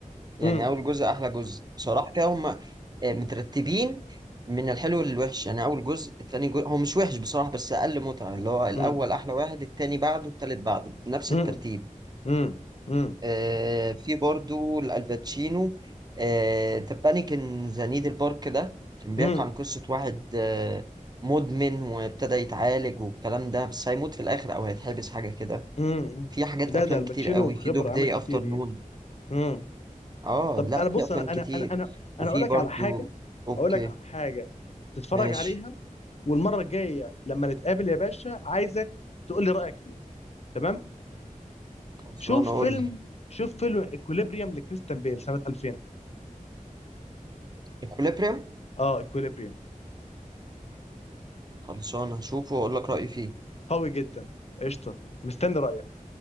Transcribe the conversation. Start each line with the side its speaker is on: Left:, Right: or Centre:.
Right: يعني
Left: امم
Right: اول جزء احلى جزء بصراحه كده هم آه، مترتبين من الحلو للوحش يعني اول جزء التاني جزء هو مش وحش بصراحه بس اقل متعه اللي هو الاول
Left: امم
Right: احلى واحد التاني بعده التالت بعده نفس
Left: امم
Right: الترتيب
Left: امم امم
Right: آه في برضو الباتشينو آه ذا بانيك ان ذا نيدل بارك ده كان بيحكي
Left: امم
Right: عن قصه واحد آه مدمن وابتدى يتعالج والكلام ده بس هيموت في الاخر او هيتحبس حاجه كده
Left: امم
Right: في حاجات
Left: ده
Right: افلام
Left: ده الباتشينو
Right: كتير قوي
Left: خبره
Right: في دوج داي
Left: عمل كتير
Right: افتر
Left: يعني
Right: نون
Left: امم
Right: اه
Left: طب انا
Right: لا
Left: بص
Right: في افلام
Left: انا
Right: كتير
Left: انا انا انا انا
Right: وفي
Left: اقول لك
Right: برضو
Left: على حاجه
Right: اوكي
Left: اقول لك على حاجه تتفرج
Right: ماشي
Left: عليها والمره الجايه لما نتقابل يا باشا عايزك تقول لي رايك فيها تمام
Right: خلصانه
Left: شوف
Right: اقول
Left: فيلم
Right: لك
Left: شوف فيلم اكوليبريم لكريستيان بيل سنه 2000
Right: اكوليبريم
Left: اه اكوليبريم
Right: خلصانه هشوفه واقول لك رايي فيه
Left: قوي جدا قشطه مستني رايك